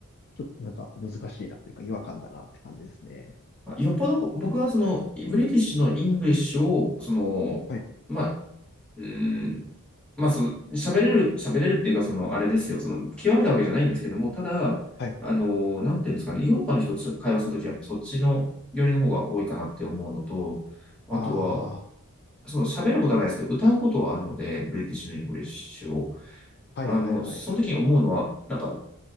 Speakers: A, on the left; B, in the centre.
A: ちょっとなんか難しいなというか違和感だなって感じですね。
B: よっぽど僕はその、ブリティッシュのイングリッシュを、その、
A: はい。
B: まうーん。まあ、その、喋れる、喋れるっていうか、その、あれですよ、その、極めたわけじゃないんですけども、ただ、
A: はい。
B: あの、なんていうんですかね、ヨーロッパの人と会話するときは、やっぱそっちの寄りの方が多いかなって思うのと、あとは、
A: ああ。
B: その、喋ることはないですけど、歌うことはあるので、ブリティッシュのイングリッシュを。
A: はいはいはい。
B: あの、その時に思うのは、なんか、